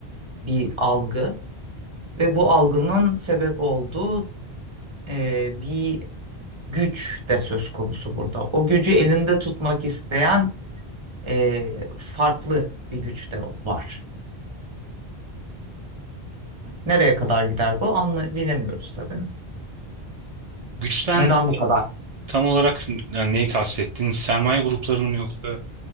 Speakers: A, on the right; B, on the right.
A: bir algı ve bu algının sebep olduğu e, bir güç de söz konusu burada. O gücü elinde tutmak isteyen e, farklı bir güç de var. Nereye kadar gider bu anla bilemiyoruz tabii.
B: güçten
A: Neden bu kadar?
B: tam olarak yani neyi kastettin? Sermaye gruplarını mı yoksa